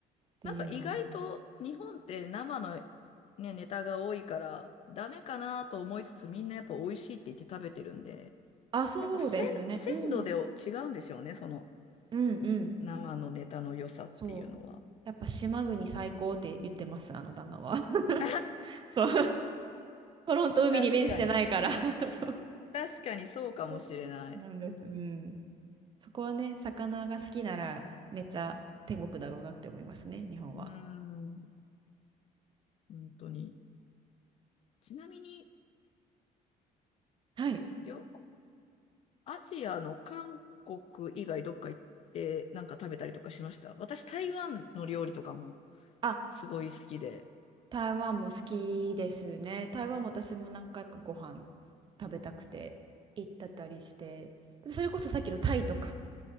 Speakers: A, on the right; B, on the left.
A: ていうのは。
B: なんか意外と日本って生のね、ネタが多いからダメかなと思いつつみんなやっぱ美味しいって言って食べてるんで、
A: あ、そうですね。
B: やっぱ鮮、鮮度で違うんでしょうね、
A: うん。
B: その
A: うんうん。
B: 生のネタの良さっていうのは。
A: そう。やっぱ島国最高って言ってます、あの旦那は。<laughs>
B: <laughs>
A: そう。トロント海に面してないから
B: 確かに。
A: <laughs> そう。
B: 確かにそうかもしれない。
A: そうそうなんです。うん。そこはね、魚が好きならめっちゃ天国だろうなって思いますね、日本は。
B: うーん、本当に。ちなみに、
A: はい。
B: よ、アジアの韓国以外どっか行ってなんか食べたりとかしました私台湾の料理とかも
A: あ、
B: すごい好きで。
A: 台湾も好きですね。台湾も私も何回かご飯食べたくて行ったたりして。でもそれこそさっきのタイとか、